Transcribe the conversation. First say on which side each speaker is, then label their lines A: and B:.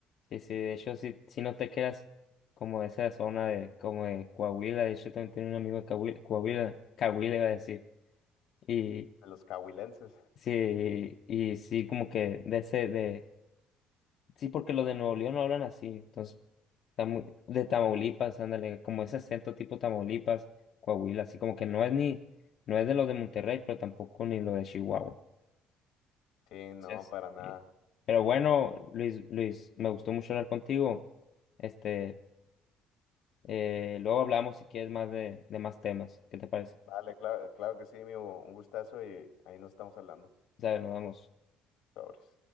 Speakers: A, on the left; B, on the left.
A: Sí, sí, de hecho, si, si no te quedas como de esa zona de, como de Coahuila, de hecho, también tenía un amigo de Coahuila, Coahuila, Coahuila iba a decir, y
B: De los cahuilenses.
A: sí, y sí, como que de ese, de, sí, porque los de Nuevo León no hablan así, entonces, está muy- de Tamaulipas, ándale, como ese acento tipo Tamaulipas, Coahuila, así como que no es ni, no es de los de Monterrey, pero tampoco ni lo de Chihuahua,
B: Sí, no,
A: entonces,
B: para nada.
A: sí. pero bueno, Luis, Luis, me gustó mucho hablar contigo, este... Eh, luego hablamos si quieres más de, de más temas. ¿Qué te parece?
B: Vale, claro, claro que sí, mi Hugo, Un gustazo y ahí nos estamos hablando.
A: O sea, nos vemos.
B: Sobres.